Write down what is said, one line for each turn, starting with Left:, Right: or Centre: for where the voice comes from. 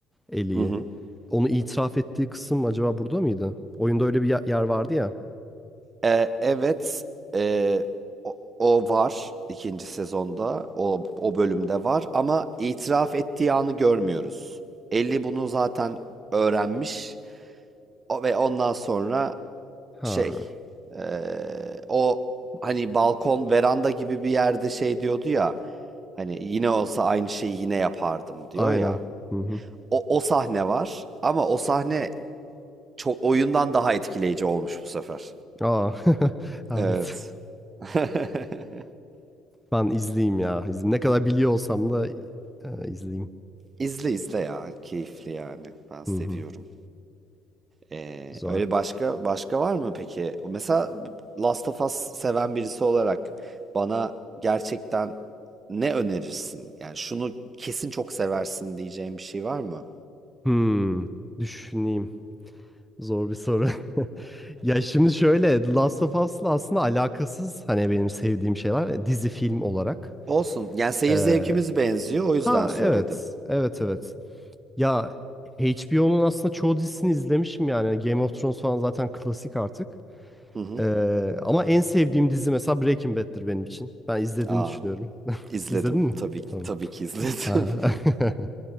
Centre: Ellie'yi.
Right: Hı hı.
Centre: Onu itiraf ettiği kısım acaba burada mıydı? Oyunda öyle bir ya- yer vardı ya.
Right: Ee, evet, ee, o, o var ikinci sezonda, o, o bölümde var ama itiraf ettiği anı görmüyoruz. Ellie bunu zaten öğrenmiş o, ve ondan sonra
Centre: Ha,
Right: şey, ee, o hani balkon, veranda gibi bir yerde şey diyordu ya, hani yine olsa aynı şeyi yine yapardım diyor
Centre: aynen.
Right: ya.
Centre: Hı hı.
Right: O, o sahne var ama o sahne çok oyundan daha etkileyici olmuş bu sefer.
Centre: Aa, <laughs> hayret.
Right: Evet. <laughs>
Centre: Ben izleyeyim ya. İzleyeyim. Ne kadar biliyor olsam da e, izleyeyim.
Right: İzle izle ya. Keyifli yani. Ben seviyorum.
Centre: Hı hı.
Right: Ee,
Centre: Güzel.
Right: öyle başka başka var mı peki? Mesela Last of Us seven birisi olarak bana gerçekten ne önerirsin? Yani şunu kesin çok seversin diyeceğim bir şey var mı?
Centre: Hmm, düşüneyim. Zor bir soru. <laughs> Ya şimdi şöyle, The Last of Us'la aslında alakasız hani benim sevdiğim şeyler e, dizi film olarak.
Right: Olsun. Yani seyir
Centre: Ee,
Right: zevkimiz benziyor. O yüzden
Centre: ha
Right: söyledim.
Centre: evet, evet evet. Ya HBO'nun aslında çoğu dizisini izlemişim yani. Game of Thrones falan zaten klasik artık.
Right: Hı hı.
Centre: Ee, ama en sevdiğim dizi mesela Breaking Bad'tir benim için. Ben izlediğini
Right: Aa,
Centre: düşünüyorum. <laughs>
Right: izledim.
Centre: İzledin mi?
Right: Tabii ki,
Centre: Tamam.
Right: tabii ki izledim.
Centre: Ha. <laughs>